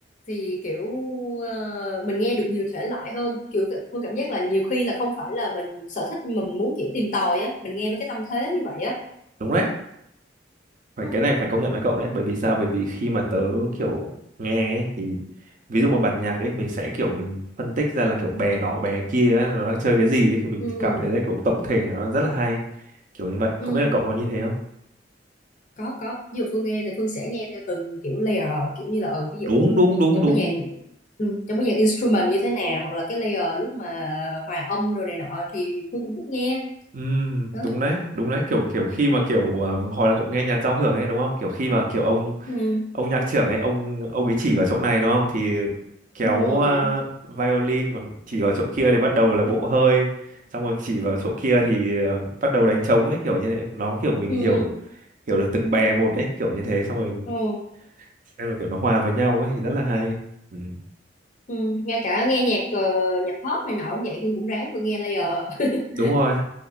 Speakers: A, on the left; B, on the right.
A: thì kiểu ờ, mình nghe được nhiều thể loại hơn kiểu cái- Phương cảm giác là nhiều khi là không phải là mình sở thích nhưng mà mình muốn kiểu tìm tòi á mình nghe với cái tâm thế như vậy á
B: đúng đấy phải
A: đúng không?
B: cái này phải công nhận với cậu đấy bởi vì sao bởi vì khi mà tớ kiểu nghe ấy, thì ví dụ một bản nhạc ấy mình sẽ kiểu mình phân tích ra là kiểu bè nọ bè kia ấy, nó đang chơi cái gì ấy thì mình
A: ừ
B: cảm thấy là kiểu tổng thể là nó rất là hay kiểu như vậy không
A: ừ
B: biết là cậu có như thế không
A: có có ví dụ Phương nghe thì Phương sẽ nghe theo từng kiểu layer kiểu như là ừ, ví dụ
B: đúng đúng đúng
A: trong
B: đúng
A: cái dàn ừ, trong cái dàn instrument như thế nào hoặc là cái layer lúc mà hòa âm rồi này nọ thì Phương cũng thích nghe
B: Ừm,
A: đó
B: đúng đấy đúng đấy kiểu kiểu khi mà kiểu ờ, hồi là cậu nghe nhạc giao hưởng ấy đúng không kiểu khi mà kiểu ông
A: ừ
B: ông nhạc trưởng ấy ông ông ấy chỉ vào chỗ này đúng không thì kéo
A: đúng rồi
B: ờ, violin còn chỉ vào chỗ kia thì bắt đầu là bộ hơi xong rồi chỉ vào chỗ kia thì ờ, bắt đầu đánh trống ấy kiểu như thế nó kiểu mình
A: ừ
B: hiểu hiểu được từng bè một ấy kiểu như thế xong rồi
A: ừ,
B: xem là kiểu nó hòa vào nhau ấy thì rất là hay ừ.
A: ừ. ngay cả nghe nhạc ờ, nhạc pop này nọ cũng vậy Hương cũng ráng Hương nghe layer <laughs>
B: đúng rồi